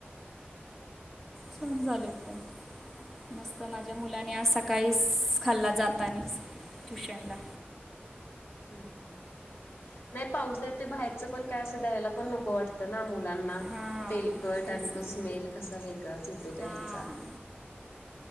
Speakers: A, in the centre; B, on the left.
A: छान झालेत, पण. मस्त. माझ्या मुलांनी आज सकाळीस खाल्ला. जातानी ट्युशनला.
B: हम्, हम. नाही पाऊसय ते, बाहेरचं पण काय असं द्यायला, पण नको वाटतं ना मुलांना.
A: हां
B: तेलकट
A: तेच
B: आणि तो
A: ना
B: स्मेल कसा, वेगळाच येतो. त्या
A: हां
B: ह्याचा